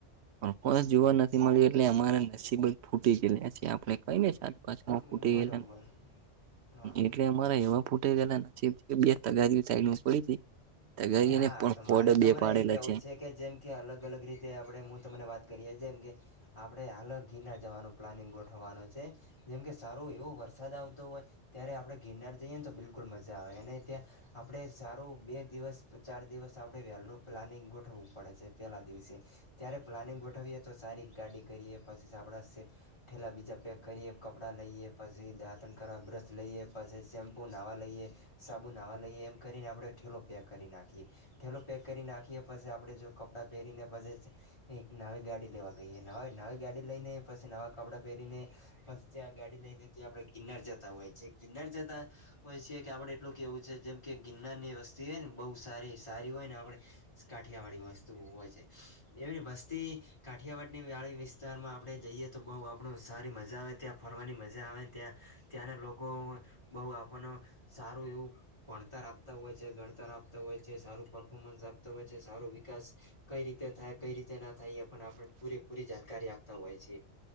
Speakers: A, on the right; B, on the left.
A: પરફોર્મન્સ
B: હમ
A: જોવા નથી. ળિયું એટલે અમારા નસીબ જ ફૂટી ગયે છે. આપ કઈને સાત પાછ
B: હમ
A: ફૂટે
B: બરોબર
A: ગયેલા,
B: હા
A: એટલે અરા એમાં ફૂટે ગયેલાબ બે તગારી સાઈડ પડી. તગારીને
B: હા
A: પણ
B: તો
A: પોડ
B: મારે તમને
A: બે પાડેલા
B: એ કેવું છે કે જેમ કે અલગ અલગ રીતે આપડે હું તમને વાત કરી જ અમે આપણે હાલ ગિરનાર જવાનું પ્લાનિંગ ગોઠવવાનું છે, જેમ કે સારો એવો વરસાદ આવતો. હોય, ત્યારે આપણે ગિરનાર જઈએ તો બિલકુલ મજા આવે અને ત્યાં, આપણે સારું બે દિવસ ચાર દિવસ આપડે વેલુ પ્લાનિંગ ગોઠવવું પડે છે પેલા દિવસે. ત્યારે પ્લાનિંગ ગોઠવીએ તો સારી ગાડી કરીએ પછી આપણા ઠેલા બીજા પેક કરીએ કપડા લઈએ. પછી દાંતણ કરવા બ્રશ લઈએ પછી શેમ્પુ નાહવા લઈએ, સાબુ નાવા લઈએ. એમ કરીને આપણે ઠેલો પેક કરી નાખીએ. થેલો પેક કરી નાખીએ પછી આપડે જો કપડાં પહેરીને પછી, એક નવી ગાડી લેવા ગઈએ નવા નવી ગાડી લઈને પછી નવાં કપડાં પહેરીને. પછી ત્યાં ગાડી લઈ ને ત્યા આપડણે ગિરનાર જતા હોય છે ગિરનાર જતા હોય છીએ કે આપડે એટલું કેવું છે જેમ કે ગિરનાર ની વસ્તી હોય ને બહુ સારી સારી હોય ને આપડે કાઠિયાવાડી વસ્તુ હોય છે, એવી વસ્તી કાઠિયાવાડી ની વાળી વિસ્તારમાં આપણે જઈએ તો બહુ આપણું સારી મજા આવે ત્યાં ફરવાની મજા આવે ત્યાં. ત્યાંના લોકો, બહુ આપણને સારું એવું ભણતર આપતા હોય છે ગણતર આપતા હોય છે સારું પરફોર્મન્સ આપતો હોય છે સારો વિકાસ કઈ રીતે થાય કઈ રીતે ના થાય એ પણ આપણે પૂરેપૂરી જાણકારી આપતા હોય છે.